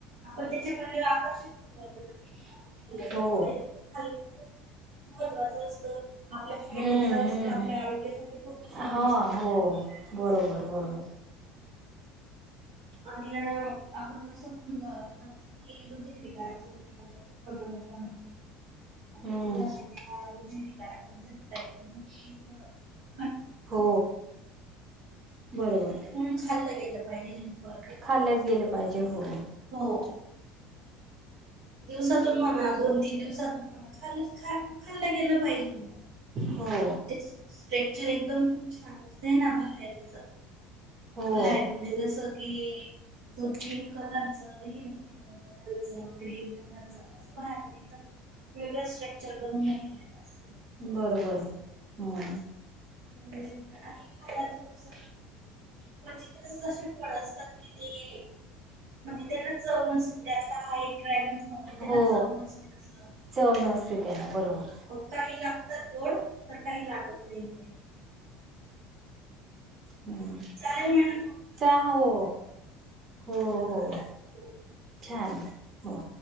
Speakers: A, on the right; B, on the right.
A: आपण त्याच्या कल्याला आकर्षित होऊन जातो ना. <unintelligible> अ
B: हो
A: ए. <unintelligible> महत्वाच असत आपल्या फायद्याच,
B: हम्म
A: असत
B: हम्म
A: आपल्या आरोग्यासाठी खूप छान
B: हा
A: असत ते.
B: हो बरोबर बरोबर.
A: आणि अ आपण असं म्हणलं की हृदयविकाराचा झटका त आहे. <unintelligible> आता
B: हम्म
A: जेला माहि हृदयविकाराचा झटका हजैव का जत. <unintelligible>
B: हो बरोबर.
A: म्हणून खाल्लं गेलं पाहिजे जिन्सवर.
B: खाल्ल्याच गेल पाहिजे हो.
A: हो. दिवसातून म्हणा दोन, तीन दिवसातून म्हणा खाल् खाल्ल गेलं पाहिजे. न <unintelligible>
B: हो.
A: त्याच स्ट्रक्चर एकदम खूप छान असतेना बाहेरच.
B: हो
A: भाहेर म्हणजे जस की तो पिंक कलरच ह ह. <unintelligible> ग्रीन कलर च अस भाहेरून एकदम वेगळ स्ट्रक्चर बनून गेलोले अस
B: बरोबर हम्म.
A: <unintelligible> खायला जेवन बनवतो. क्वचीतच तसे फळ असतात कि ते म्हणजे त्यांना चव नसते त्याला एक <unintelligible> त्याला
B: हो
A: चग नसते अस.
B: चव नसते त्याला बरोबर
A: काही लागतात गोड तर काही लागत नाही गोड.
B: हम्म.
A: चालेल म्हणून
B: चहा हो हो हो
A: हो.
B: छान हो.